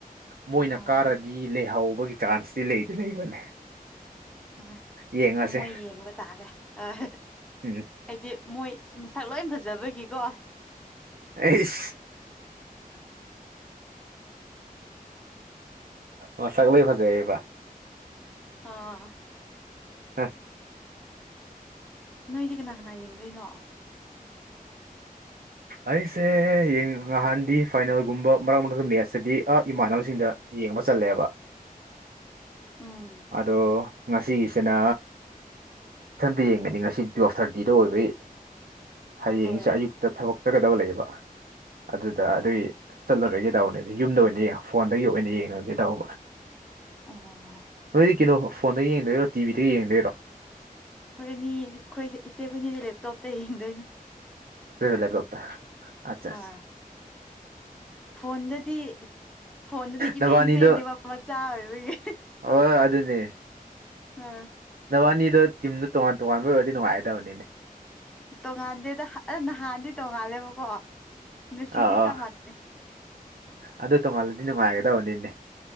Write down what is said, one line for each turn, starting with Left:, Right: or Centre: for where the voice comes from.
Right: ꯃꯣꯏꯅ
Centre: ꯑꯣ
Right: ꯀꯥꯔꯗꯤ ꯂꯩꯍꯥꯎꯕꯒꯤ ꯆꯥꯟꯁꯇꯤ ꯂꯩꯗꯤ ꯂꯩꯕꯅꯦ
Centre: ꯍꯣꯏ
Right: ꯌꯦꯡꯉꯁꯦ
Centre: ꯃꯣꯏ ꯌꯦꯡꯕ ꯇꯥꯔꯦ ꯍꯣꯏ
Right: ꯎꯝ
Centre: ꯍꯥꯏꯗꯤ ꯃꯣꯏ ꯃꯁꯛ ꯂꯣꯏ ꯐꯖ ꯖꯕ ꯒꯤꯀꯣ
Right: ꯑꯩꯁ ꯃꯁꯛ ꯂꯣꯏ ꯐꯖꯩꯌꯦꯕ
Centre: ꯑꯥ
Right: ꯍꯥꯥ
Centre: ꯅꯣꯏꯗꯤ ꯀꯅꯥ ꯀꯅꯥ ꯌꯦꯡꯗꯣꯏꯅꯣ
Right: ꯑꯩꯁꯦ ꯅꯍꯥꯟꯗꯤ ꯐꯥꯏꯅꯦꯜꯒꯨꯝꯕ ꯃꯔꯛ ꯃꯔꯛꯇ ꯃꯦꯠꯁꯇꯗꯤ ꯑ ꯏꯃꯥꯟꯅꯕꯁꯤꯡꯗ ꯌꯦꯡꯕ ꯆꯠꯂꯦꯕ
Centre: ꯎꯝ
Right: ꯑꯗꯣ ꯉꯁꯤꯒꯤꯁꯤꯅ ꯏꯊꯟꯗ ꯌꯦꯡꯒꯅꯤ ꯉꯁꯤ ꯇꯨꯌꯦꯜꯐ ꯊꯥꯔꯇꯤꯗ ꯑꯣꯏꯕꯩ ꯍꯌꯦꯡꯁꯦ
Centre: ꯍꯣꯏ
Right: ꯑꯌꯨꯛꯇ ꯊꯕꯛ ꯆꯠꯀꯗꯕ ꯂꯩꯌꯦꯕ ꯑꯗꯨꯗ
Centre: ꯑꯣ
Right: ꯑꯗꯨꯒꯤ ꯆꯠꯂꯔꯣꯏꯒꯦ ꯇꯧꯕꯅꯦꯗ ꯌꯨꯝꯗ ꯑꯣꯏꯅ ꯌꯦꯡꯉ ꯐꯣꯟꯗꯒꯤ ꯑꯣꯏꯅ ꯌꯦꯡꯉꯒꯦ ꯇꯧꯕ
Centre: ꯑꯣ ꯑꯩꯈꯣꯏꯅꯤ
Right: ꯅꯣꯏꯗꯤ ꯀꯩꯅꯣ ꯐꯣꯟꯗ ꯌꯦꯡꯗꯣꯏꯔꯣ ꯇꯤꯚꯤꯗ ꯌꯦꯡꯗꯣꯏꯔꯣ
Centre: ꯈꯣꯏꯅꯤ ꯈꯣꯏ ꯏꯆꯦꯈꯣꯏꯅꯤꯗꯤ ꯂꯦꯞꯇꯣꯞꯇ ꯌꯦꯡꯗꯣꯏꯅꯦ
Right: ꯂꯦꯞꯇꯣꯞꯇ ꯑꯆꯥ
Centre: ꯍꯣꯏ ꯐꯣꯟꯗꯗꯤ ꯐꯣꯟꯗꯗꯤ
Right: ꯅꯕꯥꯅꯤꯗꯣ
Centre: ꯏꯄꯦꯟ ꯄꯦꯟꯗꯦꯕ ꯃꯆꯥ ꯑꯣꯏꯕꯒꯤ
Right: ꯍꯣꯏ ꯑꯗꯨꯅꯦ
Centre: ꯑ
Right: ꯑꯅꯤꯗꯣ ꯇꯤꯝꯗꯣ ꯇꯣꯉꯥꯟ ꯇꯣꯉꯥꯟꯕ ꯑꯣꯏꯔꯗꯤ ꯅꯨꯡꯉꯥꯏꯒꯗꯕꯅꯤꯅꯦ
Centre: ꯇꯣꯡꯉꯥꯟꯗꯦꯗ ꯑ ꯅꯍꯥꯟꯗꯤ ꯇꯣꯡꯉꯥꯜꯂꯦꯕꯀꯣ ꯉꯁꯤꯗꯤ
Right: ꯑꯥ
Centre: ꯆꯞ
Right: ꯑꯥ
Centre: ꯃꯥꯟꯅꯩ
Right: ꯑꯗꯨ ꯇꯣꯉꯜꯂꯗꯤ ꯅꯨꯡꯉꯥꯏꯒꯗꯕꯅꯤꯅꯦ